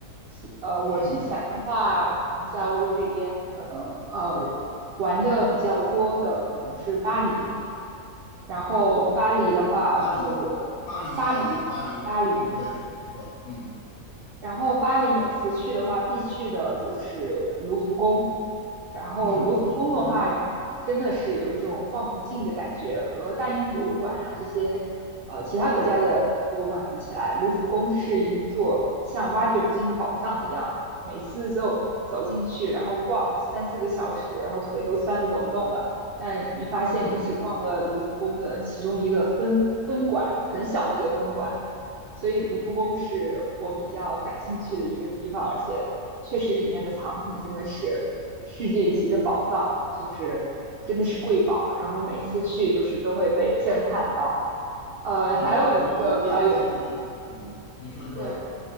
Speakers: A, on the right; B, on the left.
A: 其呃，我之前的话，
B: 嗯，
A: 嗯，在欧洲这边可能呃玩的比较多的可能是巴黎那边，然后巴黎的话，
B: 哪里？
A: 呃，我巴黎巴黎，
B: 巴黎啊，对，巴黎，嗯，对，没错，嗯
A: 然后巴黎每次去的话必去的就是卢浮宫，然后卢浮宫的话，
B: 嗯，罗浮宫。
A: 真的是有一种逛不尽的感觉，和大英博物馆啊这些，呃，其他国家的博物馆比起来，
B: 嗯
A: 卢浮宫是一座像挖掘不尽的宝藏一样，每次就走进去，然后逛三四个小时，然后腿都酸的走不动了。但你发现你只逛了卢浮宫的其中一个分分馆，
B: 嗯
A: 很小的一个分馆，所以卢浮宫是我比较感兴趣的一个地方，而且确实里面的藏品真的是世界级的宝藏，就是真的是瑰宝。然后每次去就是都会被震撼到。呃，
B: 嗯，
A: 还有一个比较有
B: 你上次给我，嗯，你说你说，
A: 对，